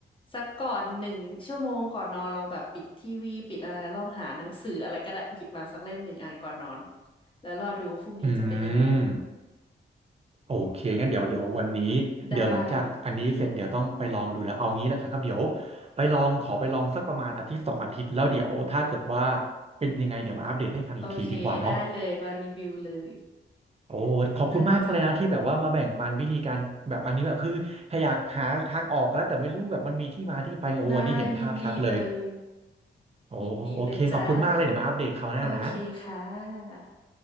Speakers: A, on the left; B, on the right.
A: สักก่อนหนึ่งชั่วโมงก่อนนอนลองแบบปิดทีวีปิดอะไรลองหาหนังสืออะไรก็ได้หยิบมาสักเล่มหนึ่งอ่านก่อนนอนแล้วรอดูว่าพรุ่งนี้จะเป็นยังไง
B: อืม โอเคงั้นเดี๋ยวเดี๋ยววันนี้
A: ได้
B: เดี๋ยวหลังจากอันนี้เสร็จเดี๋ยวต้องไปลองดูแล้วเอางี้แล้วกันครับเดี๋ยวไปลองขอไปลองสักประมาณอาทิตย์สองอาทิตย์แล้วเดี๋ยวถ้าเกิดว่าเป็นยังไงเดี๋ยวมาอัปเดตให้ฟังอีกทีดีกว่าเนาะ
A: โอเคได้เลยมารีวิวเลย
B: โอ้ขอบคุณมากเลยนะที่แบบว่ามาแบ่งปันวิธีการแบบอันนี้แบบคือถ้าอยากหาทางออกแล้วแต่ไม่รู้แบบมันมีที่มาที่ไปโอ้วันนี้เห็นภาพชัดเลย
A: ได้จ้าน่ายินดีเลย
B: โอ้โอเคขอบคุณมากเลยเดี๋ยวมาอัปเดตคราวหน้านะ
A: ยินดีเลยจ้า โอเคค่ะ